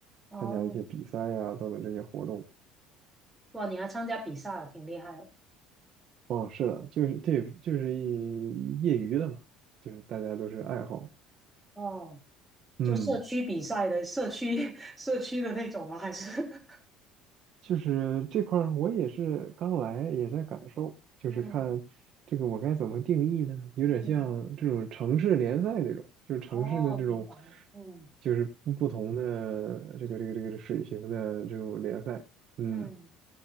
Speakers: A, in the centre; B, on the right.
A: 哦，
B: 参加一些比赛呀、等等这些活动。
A: 哇，你还参加比赛，挺厉害哦。
B: 哦，是的，就是这就是一业余的嘛，就是大家都是爱好。
A: 哦，
B: 嗯。
A: 就社区比赛的社区 <laughs> 社区的那种吗？还是
B: 就是这块儿我也是刚来，也在感受，就是看这个我该怎么定义呢？
A: <laughs> 嗯
B: 有点像这种城市联赛这种，
A: 嗯，
B: 就是城市的这种，
A: 哦，明白了，嗯
B: 就是不不同的这个这个这个水平的这种联赛。嗯，
A: 嗯，